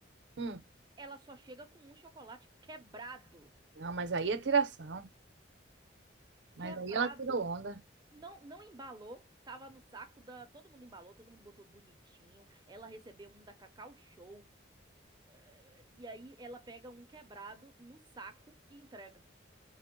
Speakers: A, on the right (about 65°); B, on the right (about 20°).
A: Hum.
B: ela só chega com um chocolate quebrado.
A: Não, mas aí é tiração. Mas
B: Quebrado.
A: aí ela tirou onda.
B: Não, não embalou, tava no saco da. Todo mundo embalou, todo mundo botou bonitinho. Ela recebeu um da Cacau Show. eh, e aí ela pega um quebrado no saco e entrega.